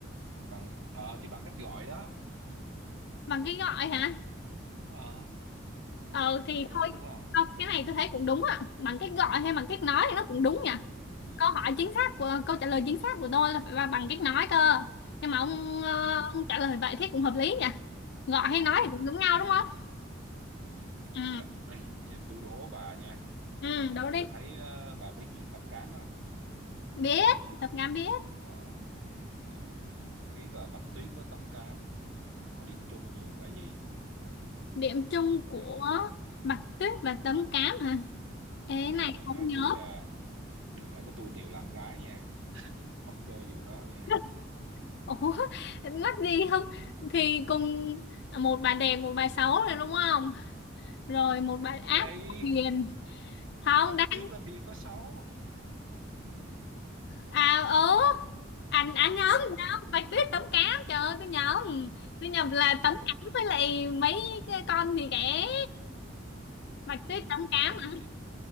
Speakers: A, on the right; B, on the left.
A: Bằng, ờ thì bằng cách gọi đó.
B: Bằng cái gọi hả?
A: Ờ,
B: Ừ,
A: bằng
B: thì
A: cách gọi
B: thôi,
A: đúng không?
B: không, cái này tôi thấy cũng đúng ạ. Bằng cách gọi hay bằng cách nói thì nó cũng đúng nhỉ.
A: Ừ,
B: Câu hỏi chính xác của, câu trả lời chính xác của tôi là phải là bằng cách nói cơ. Nhưng mà ông, ờ,
A: ừ,
B: ông trả lời vậy thế cũng hợp lý nhỉ. Gọi hay nói
A: ừ,
B: thì cũng giống nhau đúng không?
A: ừ.
B: Ừ,
A: Ờ, ê, vậy tôi đố bà nha.
B: ừ, đố đi.
A: bà thấy ờ, bà biết chuyện tắm cám không
B: Biết, tập ngắm biết.
A: ờ vậy không biết là Bạch Tuyết với tắm cám có điểm chung như là gì
B: Điểm chung của
A: đừng
B: Bạch Tuyết và Tấm Cám hả? Ê cái
A: ê,
B: này
A: đừng
B: không
A: nói
B: nhớ.
A: tôi là đừng nói với tôi đều là con gái nha không chơi vụ đó nha
B: <laughs> Ủa, mắc gì không? Thì cùng một bà đẹp, một bà xấu rồi đúng không? Rồi một bà
A: vậy
B: ác, một bà hiền. Không,
A: Bạch
B: đang
A: Tuyết làm gì có xấu
B: à ớ anh anh nhầm
A: ờ
B: nhầm Bạch Tuyết Tấm Cám trời ơi tôi nhầm tôi nhầm là
A: ờ
B: Tấm Cám với lại mấy cái con gì kẻ Bạch
A: ừ
B: Tuyết Tấm Cám
A: rồi điểm
B: hả
A: điểm,